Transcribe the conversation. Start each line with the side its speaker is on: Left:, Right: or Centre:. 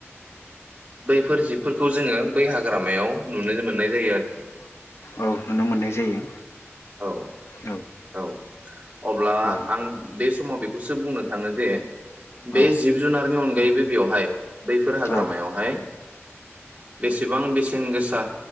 Right: बैफोर जिबफोरखौ जोङो बै हाग्रामायाव नुनो मोननाय जायो आरखि।
Left: औ नुनो मोननाय जायो।
Right: औ,
Left: औ
Right: औ अब्ला
Left: औ
Right: आं बे समाव बेखौसो बुंनो थाङो जे
Left: औ
Right: बे जिब जुनारनि अनगायैबो बेवहाय बैफोर हाग्रामायावहाय
Left: औ
Right: बेसेबां बेसेन गोसा